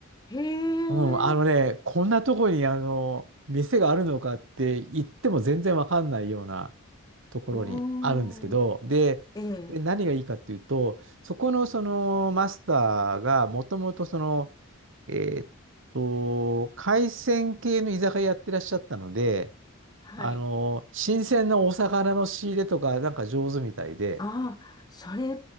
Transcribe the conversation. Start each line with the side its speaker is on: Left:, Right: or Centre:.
Left: へえ。
Right: うん、あのね、こんなとこにあの、店があるのかって言っても全然わかんないようなところにあるんですけど、
Left: うーん。
Right: で、
Left: ええ、
Right: で何がいいかっていうと、そこのそのマスターがもともとその、えーっと、海鮮系の居酒屋やってらっしゃったので、
Left: はい。
Right: あの、新鮮なお魚の仕入れとかなんか上手みたいで、
Left: ああ、それ、